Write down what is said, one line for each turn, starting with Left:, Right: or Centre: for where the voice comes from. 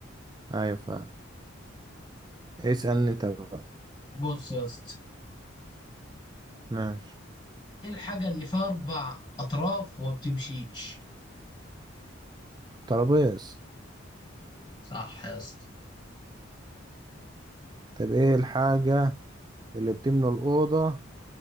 Right: ايوه فعلا اسألني انت بقى
Left: بص يا اسطى
Right: ماشي
Left: ايه الحاجة اللي فيها اربع اطراف وما بتمشيش
Right: ترابيز
Left: صح يا اسطى
Right: طب ايه الحاجة اللي بتملى الأوضة